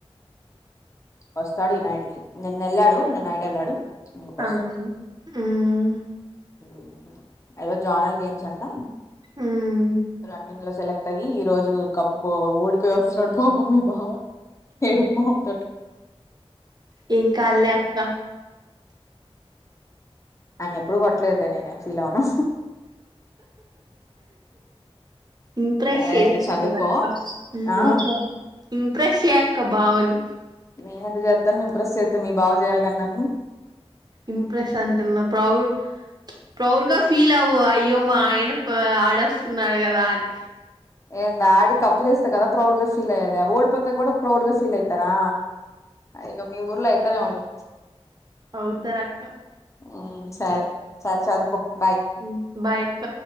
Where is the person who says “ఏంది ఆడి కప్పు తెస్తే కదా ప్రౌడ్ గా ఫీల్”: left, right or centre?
Left